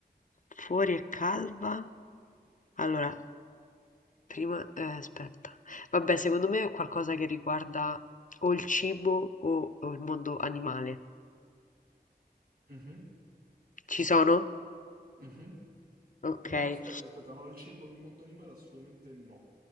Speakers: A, on the left; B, on the right.
A: Fuori è calma. Allora, Prima eh, aspetta. Vabbè, secondo me è qualcosa che riguarda o il cibo o, o il mondo animale.
B: Mhm,
A: Ci sono?
B: mhm.
A: Ok.
B: No, aspetta, aspetta, no, il cibo nel mondo animale assolutamente no.